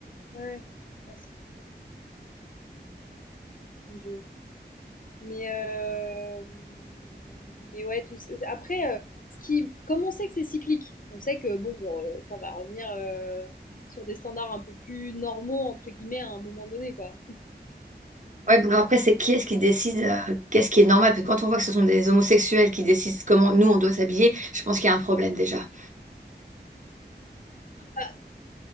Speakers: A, on the left (about 50°); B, on the right (about 45°).
A: Ouais, Ah, c'est fou, mon Dieu. Mais, euh, mais ouais, tout, c- après, euh, ce qui, comme on sait que c'est cyclique, on sait que bon, bon, euh, ça va revenir euh, sur des standards un peu plus normaux, entre guillemets, à un moment donné, quoi.
B: Ouais, bon, après c'est qui est-ce qui décide euh, qu'est-ce qui est normal? Parce que quand on voit que ce sont des homosexuels qui décident comment nous on doit s'habiller,
A: Mhm.
B: je pense qu'il y a un problème déjà.
A: Ah,